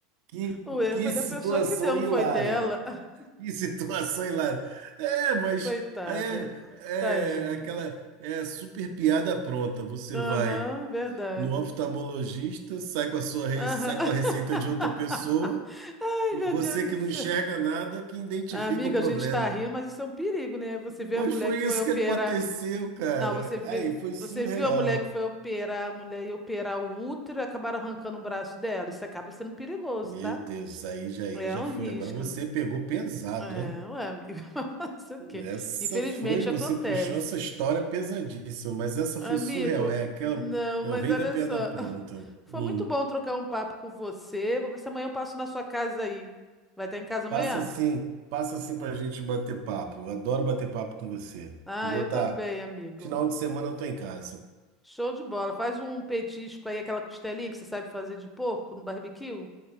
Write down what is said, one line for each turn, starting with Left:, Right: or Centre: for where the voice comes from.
Right: Que,
Centre: O erro
Right: que
Centre: foi da
Right: situação
Centre: pessoa que deu, não
Right: hilária.
Centre: foi dela. <laughs>
Right: Que situação hilária. É, mas
Centre: Coitada.
Right: aí é,
Centre: Tadinha.
Right: é aquela é super piada pronta. Você
Centre: Aham,
Right: vai
Centre: verdade.
Right: no oftalmologista, sai com a sua, re-
Centre: Aham.
Right: sai com a receita
Centre: <laughs>
Right: de outra pessoa
Centre: Ai,
Right: e
Centre: meu
Right: você
Centre: Deus do
Right: que não
Centre: céu.
Right: enxerga nada que identifica
Centre: Amiga,
Right: o problema.
Centre: a gente tá rindo, mas isso é um perigo, né? Você vê
Right: Mas
Centre: a mulher
Right: foi
Centre: que foi
Right: isso
Centre: operar.
Right: que aconteceu, cara.
Centre: Não, você vê...
Right: Aí foi surreal.
Centre: você viu a mulher que foi operar, a mulher ia operar o útero e acabaram arrancando o braço dela. Isso acaba sendo perigoso,
Right: Meu
Centre: tá?
Right: Deus, aí já aí
Centre: É
Right: já
Centre: um
Right: fui.
Centre: risco.
Right: Agora você pegou pesado,
Centre: É,
Right: hein?
Centre: ué, amigo, <laughs> fazer o quê?
Right: Essa
Centre: Infelizmente
Right: foi, você
Centre: acontece.
Right: puxou essa história pesadíssima, mas essa
Centre: Amigo,
Right: foi surreal. É aquela,
Centre: não,
Right: é
Centre: mas
Right: o rei
Centre: olha
Right: da piada
Centre: só.
Right: pronta.
Centre: <laughs> Foi
Right: Hum.
Centre: muito bom trocar um papo com você. Vou ver se amanhã eu passo na sua casa aí. Vai estar em casa amanhã?
Right: Passa assim, passa assim pra gente bater papo. Eu Adoro bater papo com você.
Centre: Ah,
Right: Vou
Centre: eu
Right: estar.
Centre: também, amigo.
Right: Final de semana eu tô em casa.
Centre: Show de bola. Faz um petisco aí, aquela costelinha que você sabe fazer de porco no barbecue.